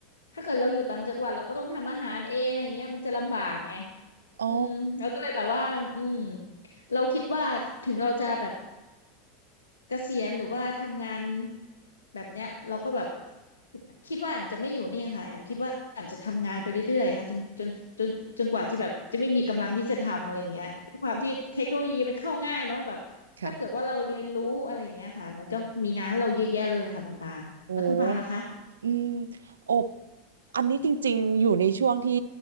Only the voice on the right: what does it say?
อ๋อ
ค่ะโอ้ อืมอบอันนี้จริงๆอยู่ในช่วงที่